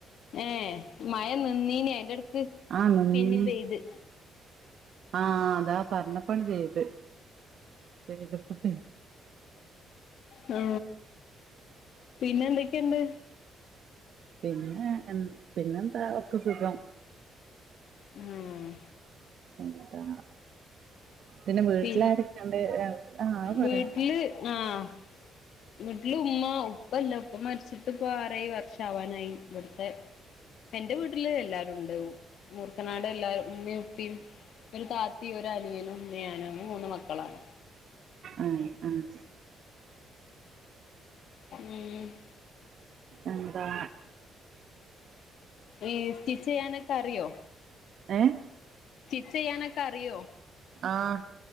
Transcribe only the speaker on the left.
ഏഹ് മഴ നിന്നീനി അയിന്റെട്ക്ക്
പിന്നിം പെയ്ത്.
മ് പിന്നെന്തക്കേണ്ട്?
ആഹ്
പി
വീട്ടില് ആഹ് വീട്ടില് ഉമ്മ ഉപ്പല്ല ഉപ്പ മരിച്ചിട്ട്പ്പ ആറേഴ് വർഷാവാനായി ഇവ്ട്ത്തെ. എന്റെ വീട്ടില് എല്ലാരുണ്ട് മൂർക്കനാട് എല്ലാര് ഉമ്മി പ്പിം ഒരു താത്തിം ഒരു അനിയനും പിന്നെ ഞങ്ങള് മൂന്ന് മക്കളാണ്.
ഉം
ഏഹ് സ്റ്റിച്ചെയ്യാനൊക്കറിയോ?
സ്റ്റിച്ചെയ്യാനൊക്കറിയോ?